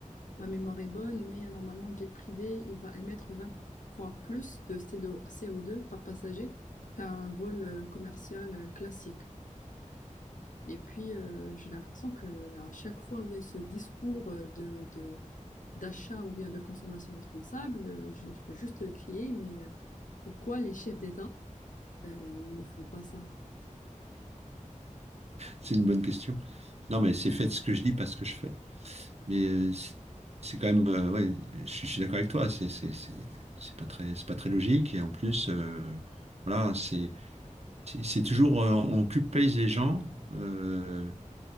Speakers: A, on the left; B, on the right.
A: ma mémoire est bonne, mais euh, normalement, un jet privé, il va émettre vingt fois plus de co deux par passager qu'un vol euh, commercial euh, classique. Et puis, euh, j'ai l'impression que à chaque fois où il y a ce discours euh, de, de- d'achat ou bien de consommation responsable, euh, je, je veux juste crier, mais euh, pourquoi les chefs d'État euh, ne font pas ça?
B: C'est une bonne question. Non, mais c'est fait ce que je dis, pas ce que je fais. Mais euh, c'est c'est quand même, euh, ouais, je suis je suis d'accord avec toi. C'est c'est c'est- c'est pas très c'est pas très logique. Et en plus, euh, voilà, c'est c'est c'est toujours euh, on culpabilise les gens, euh,